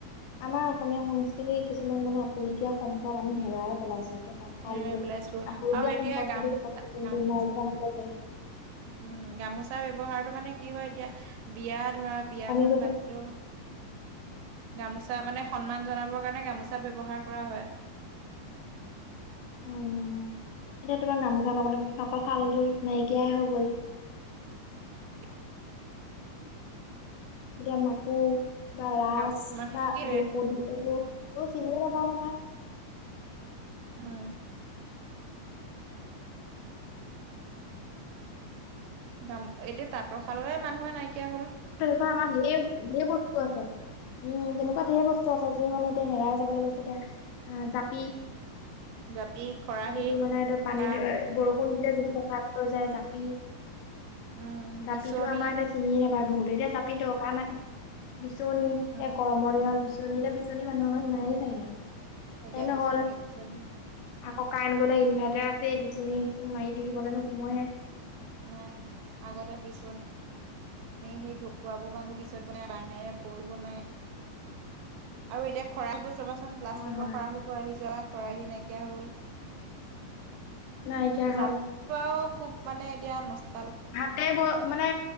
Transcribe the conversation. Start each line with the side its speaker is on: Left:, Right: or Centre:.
Left: আমাৰ অসমীয়া সংস্কৃতিৰ কিছুমান মানে আপুৰুগীয়া সম্পদ আমি হেৰাই পেলাইছো। তাঁত শালযোৰ
Right: হেৰুৱাই পেলাইছো
Left: আপুৰুগীয়া
Right: আৰু এতিয়া
Left: সম্পদ
Right: গামোচা
Left: বুলি ক'ব
Right: গামো
Left: <unintelligible>
Right: উম গামোচাৰ ব্যৱহাৰটো ত মানে কি হয় এতিয়া বিয়া ধৰা বিয়াখন
Left: কমি গৈছে
Right: পাতিলো গামোচা মানে সন্মান জনাবৰ কাৰণে গামোচা ব্যৱহাৰ কৰা হয়।
Left: হয় হয় হয় এতিয়া তোমাৰ গামোচাৰ লগাবলে তাঁতৰ শালযোৰ নাইকিয়াই হৈ গ'ল।
Right: <inaudible>
Left: এতিয়া মাকু বা ৰাঁচ
Right: গাম মানে
Left: বা
Right: কি
Left: দ্ৰোপদী দি এইবোৰ চিনিয়ে নাপাও নহয়।
Right: উম গাম এতিয়া তাঁতৰশালৰে মানুহে নাইকিয়া হল।
Left: <unintelligible> ঢেৰ বস্তু আছে উম তেনেকুৱা ঢেৰ বস্তু আছে যি মানে এতিয়া হেৰাই যাবলৈ লৈছে এতিয়া জাপি।
Right: জাপি খৰাহি
Left: যিটো মানে এয়া পানীত
Right: দা
Left: বৰষুণ দিলে যিটো যায় জাপি,
Right: উম
Left: জাপিটো
Right: বিচনী
Left: আমাৰ এতিয়া চিনিয়ে নাপা <unintelligible> বহু এতিয়া জাপি দকা নাই বিচনী
Right: উম
Left: এয়া, গৰমৰ দিনত বিচনী এতিয়া বিচনী মানুহৰ ঘৰত নাই চাগে।
Right: এতিয়া
Left: এনে
Right: বিচনী
Left: হ'ল,
Right: বিচনী
Left: আকৌ কান বোলে ইনভাৰ্টাৰ আছে বিচনী মাৰি থাকিবলেনো সময় নাই।
Right: নাই, আগতে বিচনী সেই সেই ঢকুৱাবোৰ বান্ধি বিচনী বনাই বাঁহেৰে বৈ বনাই। আৰু এতিয়া খৰালবোৰ চাবাচোন প্লাষ্টিকৰ
Left: হয় হয়
Right: খৰাহীব আহি যোৱা। খৰাহী নাইকিয়া হ'ল।
Left: নাইকিয়া
Right: জাপাও
Left: হ'ল
Right: খুব মানে এতিয়া নচলা
Left: হাতে ব মানে